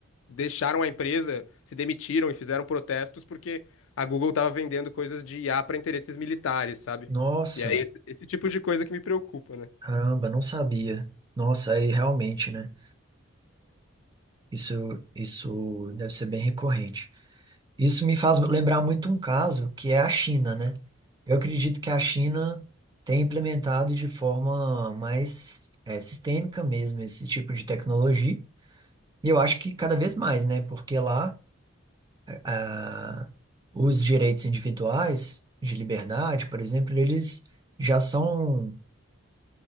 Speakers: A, on the left; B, on the right.
A: deixaram a empresa, se demitiram e fizeram protestos porque a Google estava vendendo coisas de IA para interesses militares, sabe?
B: nossa,
A: E é esse, esse tipo de coisa que me preocupa, né?
B: caramba, não sabia. Nossa, aí realmente, né? Isso, isso deve ser bem recorrente. Isso me faz lembrar muito um caso que é a China, né? Eu acredito que a China tem implementado de forma mais é, sistêmica mesmo esse tipo de tecnologia. E eu acho que cada vez mais, né? Porque lá ah, os direitos individuais de liberdade, por exemplo, eles já são